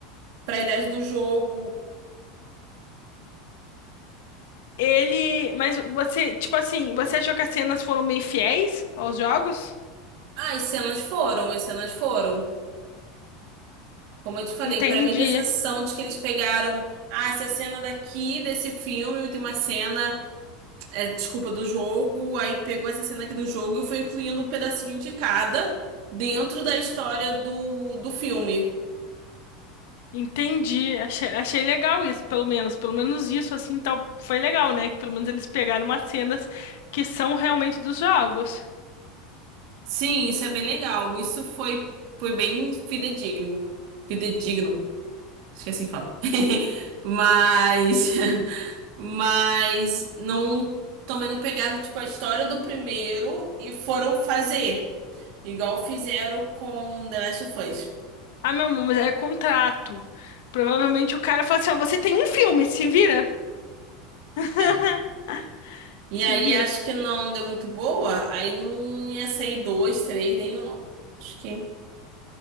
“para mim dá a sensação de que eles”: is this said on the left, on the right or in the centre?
Right